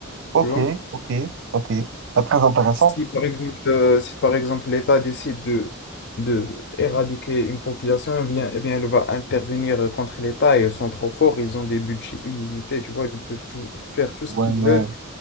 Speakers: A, on the right; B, on the left.
A: ok,
B: tu vois.
A: ok, ok. Pas très intéressant.
B: Si par exemple, euh, si par exemple l'État décide de, de éradiquer une population, eh bien, eh bien, elle va intervenir contre l'État et ils sont trop forts, ils ont des budgets illimités, tu vois, ils peuvent tout- faire tout ce
A: Ouais,
B: qu'ils veulent.
A: ouais.